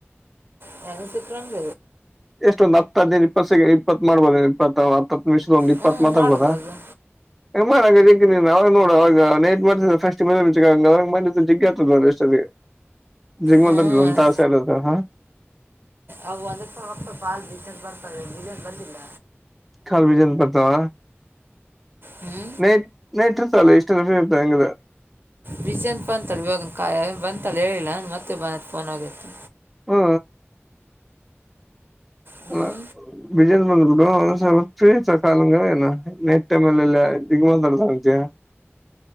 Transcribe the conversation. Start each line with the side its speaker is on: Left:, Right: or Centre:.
Right: ನನ ಚಿತ್ರಂದ.
Centre: ಎಷ್ಟೊಂದ್ ಹತ್ತು ಹ ದಿನ ಇಪ್ಪತ್ ಇಪ್ಪತ್ ಮಾಡ್ಬೋದು ಇಪ್ಪ. ನಿಮಿಷದ ಒ್ ಇಪ್ಪತ್
Right: ಹ್ಞೂ
Centre: ಮಾತಾಡ್ಬೋದಾ
Right: ಮಾಡ್ಬೋದು
Centre: ಮಾಡ ಅವಾಗ ನೋಡ ಅವಾಗ ನೈಟ್ ಮಾಡ್ತಫಸ್ ಅವಾಗ ಮಾಡ ಜಿಗ್ಗ ಆಗ್ತದ ಎಷ್ಟಿಗೆ ಜಿಗಮಂತ
Right: ಹ್ಞೂ
Centre: ಸ ಇದ ಹ
Right: ಅವು ಅದಕ್ಕಲ್ಪಾಲ್ ಬೀಜನ್ ಬರ್ತವೆ ಬೀಜನ್ ಬಂದಿಲ್ಲ
Centre: ಕಾಲು ಬಜ ಪತಾವ
Right: ಹ್ಞೂ
Centre: ನಟ್ ನೇಟ್ ಲ್ಲ ಇಷ್ಟ ಲಷ ಇರ್ತಂಗ್ರ
Right: ಬಜಂತ ಬಂತಳ ಇವಾಗ ಕಾಯ ಬಂತಾಳ ಹೇಳಿಲ್ಲ ಮತ್ತೆ ಬಂದತ್ ಫೋನ್ ಆಗತ್ತು
Centre: ಹ್ಮ
Right: ಹ್ಞೂ
Centre: ಹ್ಮ ಬಿಜನ್ಸ್ ಬಂದ್ ಬಿಡು ಒಂದ ಕಾಲ ಏನು ನೈಟ್ ಟೈಮ ಎಲ್ಲ ದಿಗ ಮಾತಾಡ್ತಂತೆ